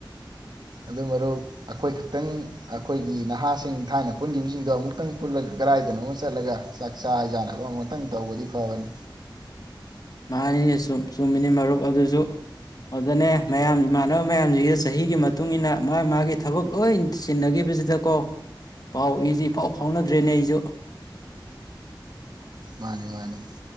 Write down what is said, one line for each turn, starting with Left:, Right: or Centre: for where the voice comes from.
Right: ꯑꯗꯨ ꯃꯔꯨꯞ ꯑꯈ‌ꯣꯏ ꯈꯛꯇꯪ ꯑꯈ‌ꯣꯏꯒꯤ ꯅꯍꯥꯁꯤꯡ ꯊꯥꯏꯅ ꯄꯨꯟꯈꯤꯕꯁꯤꯡꯗ‌ꯣ ꯑꯃꯨꯛꯇ‌ꯪ ꯄꯨꯜꯂꯒꯥ ꯀꯔꯥꯏꯗꯅ‌ꯣꯃꯥ ꯆꯠꯂꯥꯒꯥ ꯆꯥꯛꯆꯥ ꯍꯩꯖꯥꯅꯕ ꯑꯃꯨꯛꯇꯪ ꯇꯧꯕꯗꯤ ꯐꯥꯕꯅꯤ꯫
Left: ꯃꯥꯅꯤꯅ‌ꯦ ꯆꯨꯝ- ꯆꯨꯝꯃꯤꯅ‌ꯦ ꯃꯥꯔꯨꯞ ꯑꯗꯨꯁꯨ ꯑꯗꯅ‌ꯦ ꯃꯌꯥꯝ ꯏꯃꯥꯟꯅꯕ ꯃꯌꯥꯁꯤꯒ ꯆꯥꯍꯤꯒꯤ ꯃꯥꯇꯨꯡ ꯏꯟꯅꯥ ꯃꯥ-ꯃꯥꯒꯤ ꯊꯕꯛ ꯆꯤꯟꯅꯒꯤꯕꯁꯤꯗꯀ‌ꯣ ꯄꯧ-ꯏ‌ꯁꯤ ꯏꯐꯥꯎ ꯐꯥꯎꯗꯔ꯭ꯦꯅ‌ꯦ ꯑꯩꯁꯨ꯫
Right: ꯃꯥꯟꯅꯤ ꯃꯥꯟꯅꯤ